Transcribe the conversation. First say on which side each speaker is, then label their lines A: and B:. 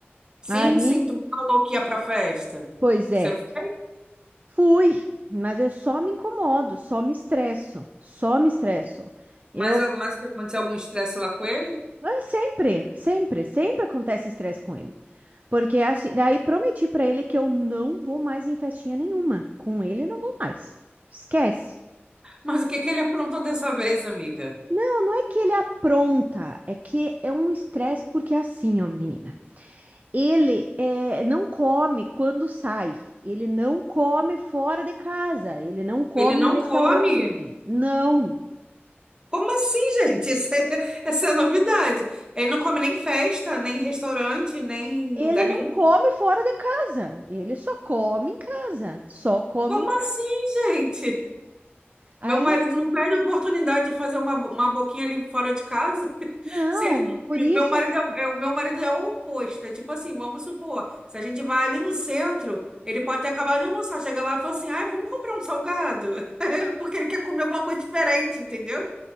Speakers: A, on the right; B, on the right.
A: Sim,
B: Aí,
A: sim, tu me falou que ia pra festa.
B: pois é,
A: Você foi?
B: fui, mas eu só me incomodo, só me estresso, só me estresso. Eu,
A: Mas, mas que aconteceu algum estresse lá com ele?
B: ah, sempre, sempre, sempre acontece estresse com ele. Porque assim, daí prometi pra ele que eu não vou mais em festinha nenhuma. Com ele não vou mais. Esquece.
A: Mas o que que ele aprontou dessa vez, amiga?
B: Não, não é que ele apronta, é que é um estresse porque é assim, ó, menina. Ele é, não come quando sai. Ele não come fora de casa. Ele não come
A: Ele não
B: em restaurante.
A: come?
B: Não.
A: Como assim, <laughs> gente? Isso é, essa é a novidade. Ele não come nem festa, nem restaurante, nem em
B: Ele
A: lugar nenhum.
B: não come fora de casa. Ele só come em casa. Só come
A: Como
B: em...
A: assim, gente?
B: Aí,
A: Meu marido
B: assim,
A: não perde a oportunidade de fazer uma, uma boquinha ali fora de casa. <laughs>
B: não,
A: Se ele,
B: por
A: meu
B: isso...
A: marido
B: assim,
A: é, é- o meu marido é o oposto. É tipo assim, vamos supor, se a gente vai ali no centro, ele pode ter acabado de almoçar, chega lá e fala assim, ai, vamos comprar um salgado, <laughs> porque ele quer comer alguma coisa diferente, entendeu?